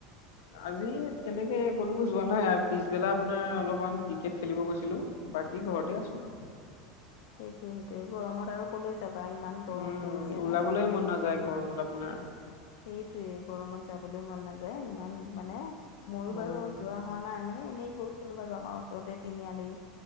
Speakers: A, on the left; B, on the left.
A: আজি <unintelligible> যোৱা নাই পিছবেলা আপোনাৰ অলপমান ক্ৰিকেট খেলিব গৈছিলো বাকী ঘৰতে আছো <inaudible>
B: সেইটোয়ে সেইটোয়ে গৰমত আৰু ক'লৈ যাবা ইমান গৰম
A: উম,
B: পৰিছে
A: ওলাবলৈ
B: ন যাবলৈ
A: নাযায়
B: মন
A: গৰমত আপোনাৰ
B: সেইটোৱে গৰমত যাবলৈ মন নাযায় ইমান মানে মইয়ো
A: হয়,
B: বাৰু
A: হয়,
B: যোৱা হোৱা নাই মানে এনেই গৈছিলো বাৰু আমাৰ ওচৰতে তিনিআলি